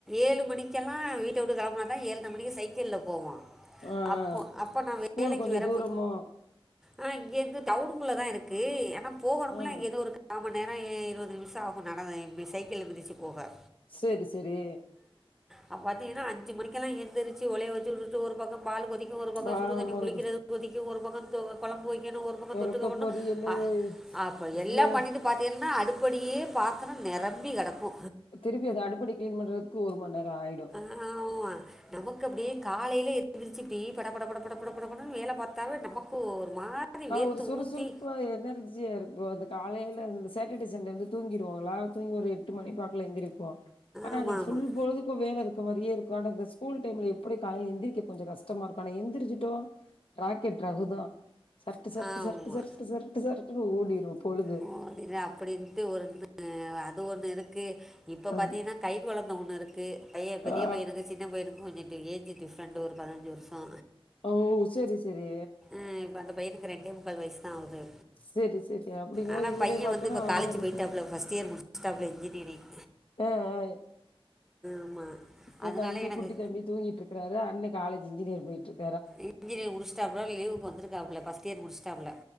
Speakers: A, in the centre; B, on the left.
A: ஏழு மணிக்கெல்லா வீட்ட வுட்டு கெளப்புனா தா ஏழர மணிக்கு சைக்கில்ல போவா
B: ஆ
A: அப்போ அப்போ நா
B: ஸ்கூல்
A: வேலைக்கி
B: கொஞ்சோ
A: வேற
B: தூரமோ
A: போ ஆ இங்கேந்து டவுனுக்குள்ள தா இருக்கு ஏன்னா போகணும்ல
B: ஆ
A: இங்கே இந்து ஒரு கா மண் நேரோ இருவது நிமிஷம் ஆகு நட சைக்கில்ல மிதிச்சு போக
B: செரி செரி
A: அப்ப பாத்தீங்கன்னா அஞ்சு மணிக்கெல்லா எந்திரிச்சு ஒளைய வச்சுட்டு ஒரு பக்கோ பாலு கொதிக்கு ஒரு பக்கோ
B: ஆ
A: சுடுதண்ணி
B: ஒரு
A: குளிக்கிறது கொதிக்கு ஒரு பக்கோ துவ கொழம்பு வெக்கனு ஒரு இந்த பக்கோ
B: ஒருக்க
A: தொட்டுக்க ஒண்ணும்
B: பொரியலு
A: அப்ப
B: ஐயோ
A: எல்லாம் பண்ணிட்டு பாத்தீங்கன்னா அடுப்படியே பாத் தரம் நெரம்பி கெடக்கு
B: திருப்பி அத அடுப்படி கிளீன் பண்றதுக்கு ஒருமண் நேரோ ஆயிடு
A: ஆமா நமக்கு அப்டியே காலையில எந்திருச்சி டீப் பட பட பட பட பட பட படனு வேல பாத்தாவே நமக்கு ஒரு மாதிரி வேத்து
B: ஒரு சுறுசுறுப்பா
A: ஊத்தி
B: ஆ எனர்ஜியா இருக்கு அந்த காலையில அந்த சேட்டர்டே சண்டே வந்து தூங்கிடுவாங்களா தூங்கி ஒரு எட்டு மணி வாக்குல எந்திருப்போ ஆனா
A: ஆமாம்
B: அன்னைக்கு
A: ஆமாம்
B: புல் பொழுதுக்கு வேல இருக்க மாறியே இருக்கு ஆனா இந்த ஸ்கூல் டைம்ல எப்டி காலையில எந்திரிக்க கொஞ்சோ கஷ்டமா இருக்கு ஆனா எந்திரிச்சுட்டோ ராக்கெட் ரகுதா சர்ட்டு சர்ட்டு
A: ஆமாம்
B: சர்ட்டு சர்ட்டு சர்ட்டு சர்ட்டு் ஓடிரு பொழுது
A: ஓ அப்டி அப்டின்ட்டு ஒன்னு அது ஒண்ணு இருக்கு இப்ப
B: அ
A: பாத்தீங்கன்னா கை கொழந்த ஒண்ணு இருக்கு பைய
B: ஆ
A: பெரிய பையனுக்கு சின்ன பையனுக் கொஞ்சுட்டு ஏஜ் டிப்ரெண்டு ஒரு பதிஞ்சு வர்ஷோ
B: ஓ செரி செரி
A: ம் இப்ப அந்த பையதுக்கு ரெண்டே முக் கால் வய்சு தா ஆவுது
B: செரி செரி அப்டிங்கும்போது
A: ஆனா
B: இவரே
A: பைய
B: பாக்கணு
A: வந்து இப்போ
B: அவரே
A: காலேஜ்
B: பாக்கணு
A: போய்ட்டாப்புல ஃபர்ஸ்ட் இயர் முடிச் சிடாபுல இன்ஜினியரிங்
B: ஆ ஆ இ
A: ஆமாம்
B: இப்ப
A: அதனால
B: தம்பி
A: எனக்கு
B: குட்டி தம்பி தூங்கிட்டு இருக்குறாரு அண்ணே காலேஜ் இன்ஜினியர் போயிட்டு இருக்
A: இன்ஜினியர் முடிச்சிடாப்புல லீவுக்கு வந்துருக் காபுல ஃபஸ்ட்டு இயர் முடிச்சிட்டாபுல